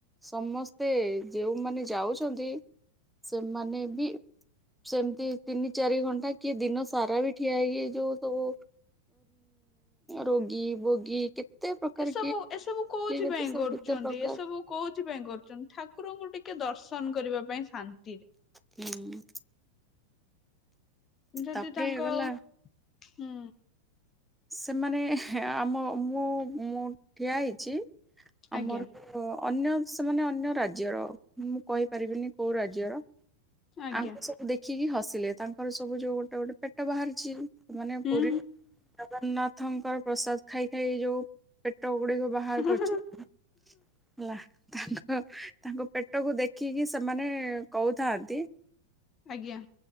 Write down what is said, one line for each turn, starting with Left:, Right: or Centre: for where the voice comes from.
Centre: ସମସ୍ତେ ଯେଉମାନେ ଯାଉଛନ୍ତି ସେମାନେ ବି ସେମିତି ତିନି ଚାରି ଘଣ୍ଟା କିଏ ଦିନ ସାରା ବି ଠିଆ ହେଇକି ଯୋଉ ସବୁ ରୋଗୀ ଭୋଗୀ କେତେ ପ୍ରକାର
Left: ସବୁ ଏସବୁ କୋଉଥି
Centre: କେତେ
Left: ପାଇଁ
Centre: ସବୁ
Left: କରୁଛନ୍ତି
Centre: କେତେ ପ୍ରକାର
Left: ଏସବୁ କୋଉଥି ପାଇଁ କରୁଛନ୍ତି ଠାକୁରଙ୍କୁ ଟିକେ ଟିକେ ଦର୍ଶନ କରିବା ପାଇଁ ଶାନ୍ତି
Centre: ହୁଁ
Left: ଯଦି
Centre: ତାପରେ
Left: ତାଙ୍କ
Centre: ଗଲା
Left: ହୁଁ
Centre: ସେମାନେ ଆମ ମୁଁ ମୁଁ ଠିଆ ହେଇଛି
Left: ଆଜ୍ଞା
Centre: ଆମର ଅନ୍ୟ ସେମାନେ ଅନ୍ୟ ରାଜ୍ୟର ମୁଁ କହିପାରିବିନି କୋଉ ରାଜ୍ୟର
Left: ଆଜ୍ଞା
Centre: ଆମକୁ ସବୁ ଦେଖ ଦେଖିକି ହସିଲେ ତାଙ୍କର ସବୁ ଯୋଉ ଗୋଟେ ଗୋଟେ ପେଟ ବାହାରିଛି ମାନେ
Left: ହୁଁ
Centre: ପୁରୀ ଜଗନ୍ନାଥଙ୍କର ପ୍ରସାଦ ଖାଇ ଖାଇ ଯୋଉ ଗୁଡିକୁ ବାହାର
Left: ହୁଁ
Centre: କରିଛୁ ହେଲା ତାଙ୍କ ତାଙ୍କ ପେଟକୁ ଦେଖିକି ସେମାନେ କହୁଥାନ୍ତି
Left: ଆଜ୍ଞା